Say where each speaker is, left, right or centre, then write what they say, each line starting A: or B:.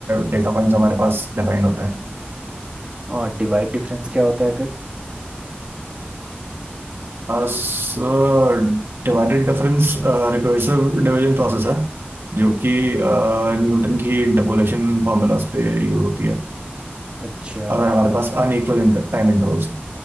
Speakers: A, on the right (about 70°); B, on the right (about 30°).
A: डेटा पॉइंट्स हमारे पास डिफाइंड होते हैं
B: और डिवाइड डिफरेंस क्या होता है फिर
A: Sir divided difference recursive division process है जो कि न्यूटन की इंटरपोलेशन फार्मूलाज पे यूज होती है
B: अच्छा
A: अगर हमारे
B: और
A: पास अनइक्वल टाइम इंटरवल्स